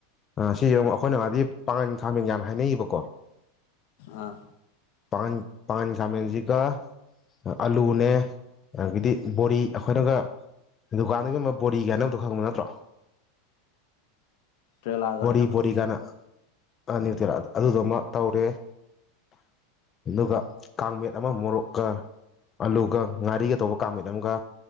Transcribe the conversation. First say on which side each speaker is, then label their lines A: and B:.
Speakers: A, on the left; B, on the left.
A: ꯁꯤꯁꯦ ꯑꯃꯨꯛ ꯑꯩꯈꯣꯏꯅ ꯍꯥꯏꯗꯤ ꯄꯥꯉꯟ ꯈꯥꯃꯦꯟꯒꯅ ꯍꯥꯏꯅꯩꯌꯦꯕꯀꯣ
B: ꯑꯥ
A: ꯄꯥꯉꯟ ꯄꯥꯉꯟ ꯈꯥꯃꯦꯟꯁꯤꯒ ꯑꯥꯂꯨꯅꯦ ꯑꯗꯒꯤꯗꯤ ꯕꯣꯔꯤ ꯑꯩꯈꯣꯏꯅꯒ ꯗꯨꯀꯥꯟꯗꯒꯤꯨꯝꯕ ꯕꯣꯔꯤ ꯀꯥꯏꯅꯕꯗꯣ ꯈꯪꯕ ꯅꯠꯇ꯭ꯔꯣ
B: ꯇ꯭ꯔꯦꯂꯥꯒ
A: ꯕꯣꯔꯤ
B: ꯍꯥꯏꯅꯕꯗꯣ
A: ꯕꯣꯔꯤ ꯀꯥꯏꯅ ꯑꯥ꯭ꯌꯨꯇꯔꯥ ꯑꯗꯨꯗꯨꯃ ꯇꯧꯔꯦ ꯑꯗꯨꯒ ꯀꯥꯡꯃꯦꯠ ꯑꯃ ꯃꯣꯔꯣꯛꯀ ꯑꯂꯨꯒ ꯉꯥꯔꯤꯒ ꯇꯧꯕ ꯀꯥꯡꯥꯃꯠ ꯑꯃꯒ